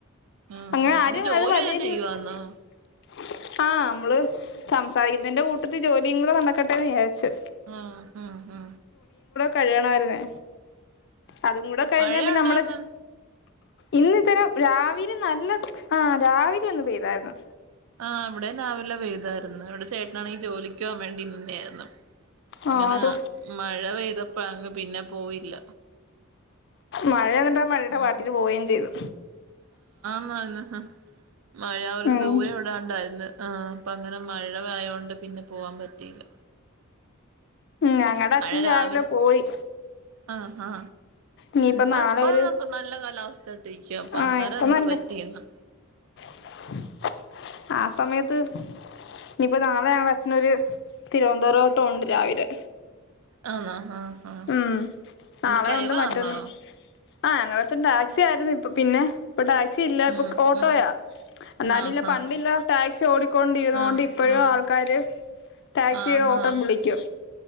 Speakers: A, on the right; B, on the left.
A: ആഹ്
B: അങ്ങനെ
A: ആഹ്
B: ആരും
A: ഇത് ജോലി
B: അത് <unintelligible>
A: വല്ലോം ചെയ്യുവാന്നോ
B: ആഹ് നമ്മള് സംസാരിക്കുന്നതിന്റെ കൂട്ടത്ത് ജോലിയും കൂടെ നടക്കട്ടെന്ന് വിചാരിച്
A: ആ ആ ആ
B: കഴിയണായിരുന്നേ അതും കൂടെ കഴിഞ്ഞാ
A: മഴയുണ്ടായിരുന്ന്
B: പിന്ന നമ്മടെ ഇന്നിത്തരം രാവിലെ നല്ല ആ രാവിലെ ഒന്ന് പെയ്തായിരുന്നു
A: ആ ഇവിടെ രാവിലെ പെയ്താര് ന്നു ഇവിടെ ചേട്ടനാണെങ്കിൽ ജോലിക്കുപോവാൻ വേണ്ടി നിന്നെആയിരുന്നു
B: ആ
A: അങ്ങനെ
B: അത്
A: മഴ പെയ്തപ്പോ അങ്ങ് പിന്നെ പോയില്ല
B: മഴ മഴ മഴയുടെ
A: ഉം
B: പാട്ടിന് പോവവേം ചെയ്തു
A: ആന്ന് മഴ അവർക്ക്
B: ഉം
A: ദൂരെ എവിടാണ്ടായിര് ന്ന് ആ അപ്പൊ അങ്ങനെ മഴയയാതൊണ്ട് പിന്നെ പോവാൻ പറ്റിയില്ല
B: ഞങ്ങളുടെ അച്ഛൻ
A: മഴ രാവിലെ
B: പോയി
A: ആ ആ
B: ഇനിയിപ്പ
A: ഇപ്പ
B: നാളെ
A: ഇപ്പ
B: ഒരു
A: നല്ല കാലാവസ്ഥായിട്ട് ഇരിക്ക
B: ആഹ്
A: അന്നേരം
B: ഇപ്പൊ
A: എന്ത്
B: നല്ല
A: പറ്റിഎന്നാ
B: <unintelligible> ആ സമയത്ത് ഇനിയിപ്പോ നാളെ ഞങ്ങ അച്ഛനൊര് തിരുവനന്തപുരം ഓട്ടം ഉണ്ട് രാവിലെ
A: ആന്നോ ആഹ് ആ
B: ഉം നാളെ
A: എന്തെ ഡ്രൈവർ
B: ഉണ്ട് മറ്റൊന്ന്
A: ആന്നോ
B: ആ ഞങ്ങളടെ അച്ഛൻ ടാക്സി ആയിരുന്നു ഇപ്പൊ പിന്നെ ഇപ്പൊ ടാക്സി ഇല്ല ഇപ്പൊ
A: ആഹ്
B: ഓട്ടോയാ
A: ആഹ്
B: ഇപ്പ ഇപ്പ ടാക്സിയില്ല ഓട്ടോയാ എന്നാലും
A: ആഹ്
B: ഇല്ല പണ്ടില്ല ടാക്സി ഓടിക്കൊണ്ടിരുന്ന
A: ആഹ്
B: കൊണ്ട് ഇപ്പഴും
A: ആഹ്
B: ആൾക്കാര് ടാക്സിയുടെ
A: ആഹ് ആഹ്
B: ഓട്ടം
A: ആഹ്
B: വിളിക്കും